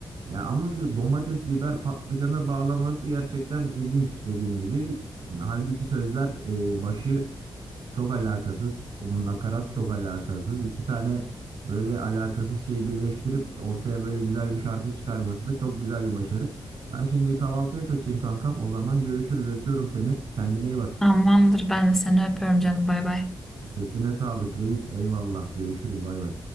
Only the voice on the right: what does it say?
Ya ama şu domates, biber, patlıcana bağlaması gerçekten ilginç dediğin gibi. Halbuki sözler e, başı çok alakasız. Bu nakarat çok alakasız. İki tane böyle alakasız şeyi birleştirip ortaya böyle güzel bir şarkı çıkarması da çok güzel bir başarı. Ben şimdi bir kahvaltıya kaçayım kankam. O zaman görüşürüz. Öpüyorum seni. Kendine iyi bak.
Sesine sağlık reis. Eyvallah. Görüşürüz. Bay bay.